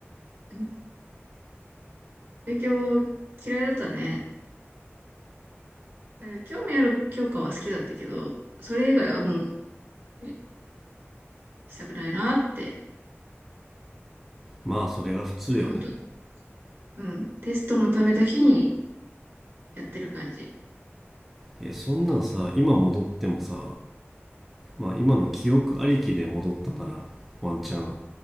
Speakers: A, on the right; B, in the centre.
A: うん勉強嫌いだったね。えー興味ある教科は好きだったけど、それ以外はもう、えしたくないなって。
B: まあ、それが普通よね。
A: なんか本当うん。テストのためだけにやってる感じ。
B: え、そんなんさ、今戻ってもさ、まあ、今の記憶ありきで戻ったなら、ワンチャン